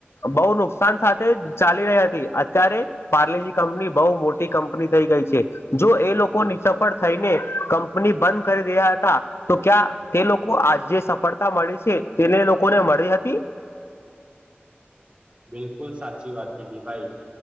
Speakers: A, on the left (about 85°); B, on the right (about 30°).
A: બો નુકસાન સાથે ચાલી રહી હતી અત્યારે પાર્લેજી કંપની બોઉ મો ટી કંપની થઈ ગઈ છે જો એ લોકો નિ સફળ થઈને કંપની બંધ કરી દિયા હતા તો ક્યાં તે લોકો આજે સફળતા મળી છે તેને લોકોને મળી હતી?
B: બિલકુલ સાચી વાત કીધી ભાઈ